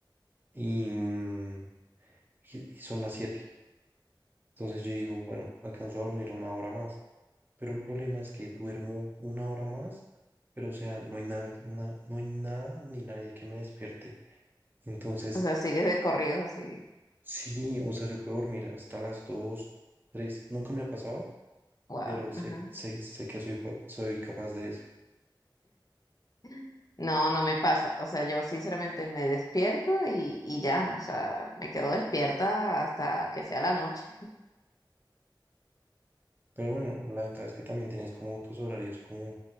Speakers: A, on the right; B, on the left.
A: Y, mm, y, y son las siete Entonces yo digo, bueno, alcanzo a dormir una hora más. Pero el problema es que duermo una hora más, pero o sea, no hay nada, na- no hay nada ni nadie que me despierte. Entonces,
B: O sea, sigues de corridos así.
A: sí, o sea, yo puedo dormir hasta las dos tres Nunca me ha pasado,
B: Wow.
A: pero sé,
B: ajá.
A: sé, sé que soy, pa- soy capaz de eso.
B: <laughs> No, no me pasa. O sea, yo sinceramente me despierto y, y ya, o sea, me quedo despierta hasta que sea la noche.
A: Pero bueno, la ventaja es que también tienes como tus horarios como